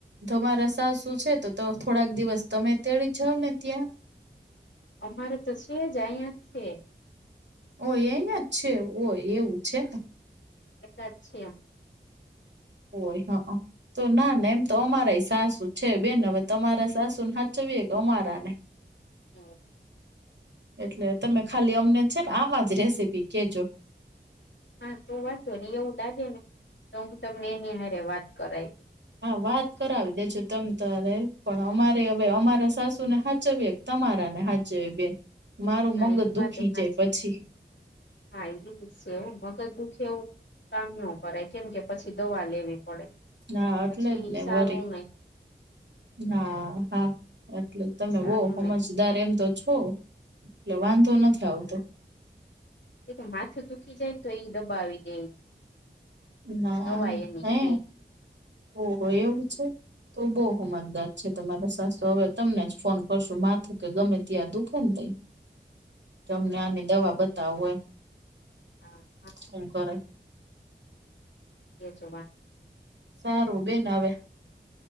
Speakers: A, on the right (about 70°); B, on the left (about 75°).
A: તમાર સાસું છે તો તો થોડાક દિવસ તમે જ તેડી જાવ ને ત્યાં.
B: અમારે તો છે જ, અહિયાં જ છે.
A: ઓય ઈ અહિયાં જ છે? ઓય એવું છે ને.
B: ભેગાં છી અમ.
A: ઓય અહં. તો ના-ના એમ તો અમારાય સાસું છે બેન હવે તમારા સાસુને હાચવીએ કે અમારા ને.
B: હમ્મ.
A: એટલે તમે ખાલી અમને છે ને આવા જ રેસીપી કહેજો.
B: હા તો વાંધો નહીં, એવું લાગે ને તો હું તમને એની હારે વાત કરાઈ દેય.
A: હા વાત કરાવી દેજો તમ તોરે, પણ અમારે હવે અમારા સાસુ ને હાચ ચવવીએ કે તમારા ને હાચવવીએ બેન? મારું
B: હા
A: મગજ
B: એ
A: દુખી
B: વાત સાચી
A: જાય પછી.
B: હા ઈય છે હો, મગજ દુઃખે એવું કામ ન કરાય, કેમ કે પછી દવા લેવી પડે.
A: ના એટલે
B: પછી
A: જ ને
B: સારું
A: વળી.
B: નહી
A: હા, હા એટલે તમે
B: સારું
A: બહું હમજદાર
B: નહી
A: એમ તો છો. એટલે વાંધો નથી આવતો
B: એટલે માથું તૂકીી જાય ને તો એ દબાવી દે
A: ના
B: દવા એની
A: હે
B: કે
A: ઓ એવું છે. તો બઉ સમજદાર છે, તમારે સાસો હવે તમને જ ફોન કરશું માથું કે ગમે ત્યાં દુખે ને તઈ
B: <inaudible>
A: તમને આની દવા બતાવું એમ
B: હા હા
A: શું કરે
B: એ જો વા
A: સારું બેન હવે